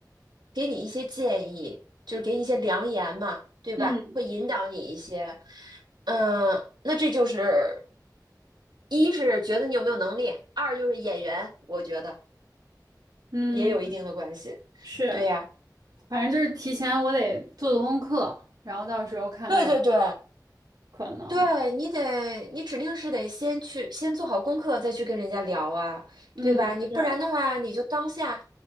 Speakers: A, on the right (about 80°); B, on the right (about 60°).
A: 给你一些建议，就是给你一些良言嘛，对吧？
B: 嗯
A: 会引导你一些，嗯，那这就是一是觉得你有没有能力，二就是演员，我觉得
B: 嗯，
A: 也有一定的关系。
B: 是，
A: 对呀，
B: 反正就是提前我得做做功课，然后到时候看看有
A: 对对对，
B: 可能。
A: 对，你得，你指定是得先去，先做好功课，再去跟人家聊啊，
B: 嗯，
A: 对吧？你不然的话，
B: 是，
A: 你就当下，